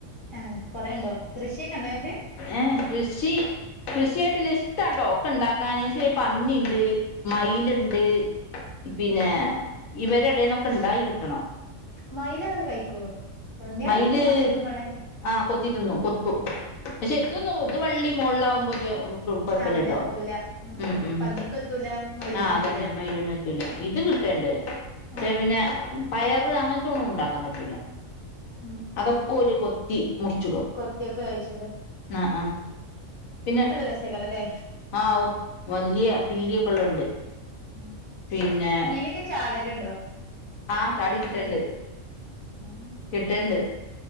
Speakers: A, on the left; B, on the left.
A: ആ കൊറെണ്ടോ കൃഷിയൊക്കെ ഇണ്ടോ നിങ്ങക്ക്
B: ഏഹ് കൃഷി കൃഷിയായിട്ടുള്ള ഇഷ്ടാട്ടോക്കണ്ടാക്കാൻ പക്ഷേ പന്നിണ്ട് മയിലുണ്ട് പിന്നെ
A: മ
B: ഇവരെടന്നൊക്കെ ഇണ്ടായിക്കിട്ടണം
A: മയിലതൊക്കെ കഴിക്കോ പന്നിയാൾ
B: മയില്
A: കുത്തി മർച്ചിടും വേണക്കെ
B: ആഹ് കൊത്തി തിന്നു പക്ഷെ ഇത് ഇത് വള്ളി മുകളിലകുമ്പോ കുഴപ്പില്ലിട്ടോ
A: ആ വല്ല എത്തൂല എത്തൂല
B: ഉം ഉം
A: പന്നിക്കെത്തൂല മയിലിനെത്തൂലല്ലോ
B: ആഹ് അതന്നെ മൈലൂന് ഇല്ല ഇത് കിട്ടേണ്ട് കിട്ടിയെപ്പിന്നെ
A: മയിൽ
B: പയറ് അങ്ങനത്ത ഒന്നും ഉണ്ടാക്കാൻ പറ്റൂല്ല
A: ഉം
B: അതൊക്കെ
A: ഉം
B: ഓര് കൊത്തി മുറിച്ചിടും.
A: കൊത്തിയൊക്കെ വേവിച്ചുലെ
B: ആഹ് ആഹ് പിന്നെ
A: രസേക്കാരല്ലേ
B: ആഹ് വലിയ പീലിയൊക്കെ ഉള്ളതുണ്ട്
A: ആഹ്
B: പിന്നെ
A: യിലെക്കെ ചാടലുണ്ടോ?
B: ആ ഹ് ചാടി കിട്ടണ്ട്
A: അടി ഉം
B: കിട്ടണ്ട്